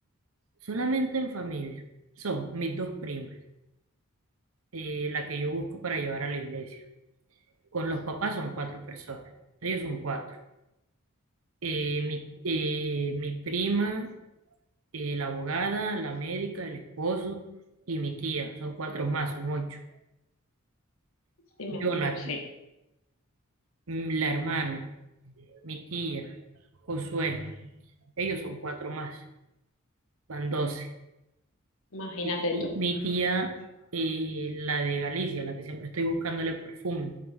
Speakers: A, on the right (about 75°); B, on the left (about 75°).
A: solamente en familia. Son mis dos primas, eh, la que yo busco para llevar a la iglesia. Con los papás son cuatro personas, ellos son cuatro. Eh, mi, eh, mi prima, eh, la abogada, la médica, el esposo y mi tía, son cuatro más, son ocho.
B: Sí, mi
A: Jonathan.
B: amor, yo sé.
A: mm, la hermana, mi tía, Josué, ellos son cuatro más, van doce.
B: Imagínate
A: Y, y
B: tú.
A: mi tía, eh, la de Galicia, la que siempre estoy buscándole perfume,